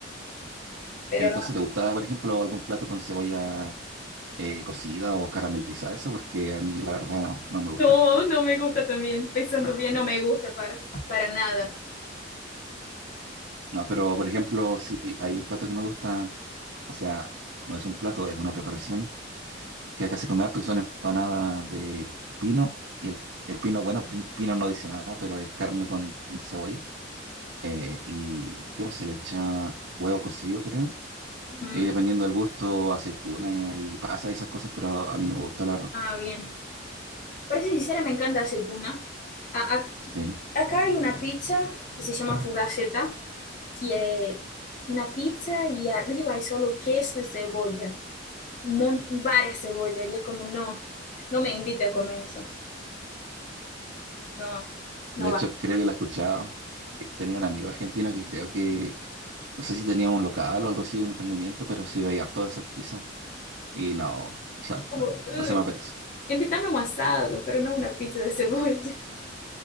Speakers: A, on the left (about 45°); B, on the right (about 75°).
A: pero
B: Entonces,
A: no,
B: ¿te gustaba, por ejemplo, algún plato con cebolla eh, cocida o caramelizada? Eso, porque a mí la verdad no, no me gusta.
A: no, no me gusta también, pensando bien, no me gusta para, para nada.
B: No, pero por ejemplo, si hay un plato que me gusta, o sea, no es un plato, es una preparación que acá se come harto, que son empanadas de pino. Y el, el pino, bueno, pi- pino no dice nada, pero es carne con cebolla. Eh, y ¿qué más se le echa? Huevo cocido, creo.
A: Ujú.
B: Y dependiendo del gusto, aceituna y, y pasa y esas cosas, pero a mí no me gusta, la verdad.
A: Ah, bien. Para ser sincera, me encanta aceituna. A- a-
B: Sí.
A: acá hay una pizza que se llama fugaceta, que es una pizza y arriba hay solo queso y cebolla, mon- varias cebollas, y es como, no, no me invite a comer eso, no, no
B: De hecho,
A: va.
B: creo que la he escuchado. Que tenía un amigo argentino que creo que, no sé si tenía un local o algo así, un emprendimiento, pero sí veía todas esas pizzas. Y no, o sea,
A: Como,
B: no,
A: uy,
B: no se me apetece.
A: invítame a un asado, pero no una pizza de cebolla.